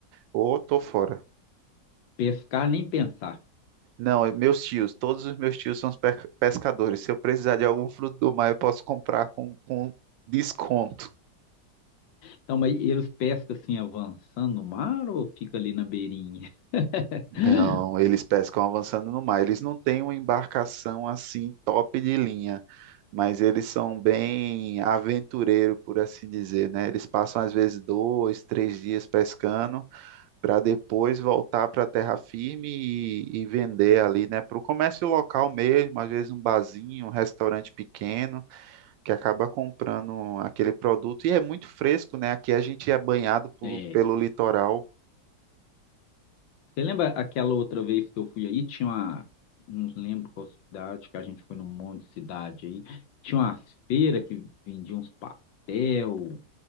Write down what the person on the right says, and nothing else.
Ou tô fora.
Não, é meus tios, todos os meus tios são pe- pescadores. Se eu precisar de algum fruto do mar, eu posso comprar com, com desconto.
Não, eles pescam avançando no mar. Eles não têm uma embarcação assim top de linha, mas eles são bem aventureiro, por assim dizer, né? Eles passam às vezes dois, três dias pescando para depois voltar para a terra firme e, e vender ali, né? Para o comércio local mesmo, às vezes um barzinho, um restaurante pequeno que acaba comprando aquele produto e é muito fresco, né? Aqui a gente é banhado por-
pelo litoral